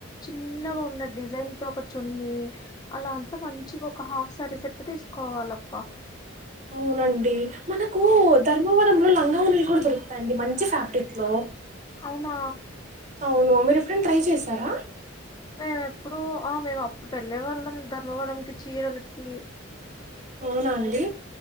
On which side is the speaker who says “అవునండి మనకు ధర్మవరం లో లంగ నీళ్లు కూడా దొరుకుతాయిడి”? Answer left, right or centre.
Right